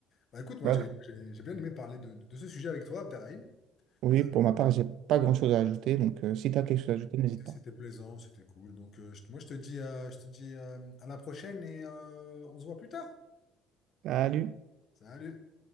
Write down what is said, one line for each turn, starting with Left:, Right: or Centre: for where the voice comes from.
Left: Bah, écoute, moi,
Right: Bah,
Left: j'ai j'ai- j'ai bien aimé parler de, de ce sujet avec toi, Abderrahim.
Right: oui,
Left: Euh,
Right: pour ma part, j'ai pas grand-chose à ajouter, donc euh, si tu as quelque chose à ajouter, n'hésite
Left: c'était
Right: pas.
Left: c'était plaisant, c'était cool. Donc, euh, je- moi, je te dis, euh, je te dis euh, à la prochaine et euh, on se voit plus tard.
Right: Salut!
Left: Salut!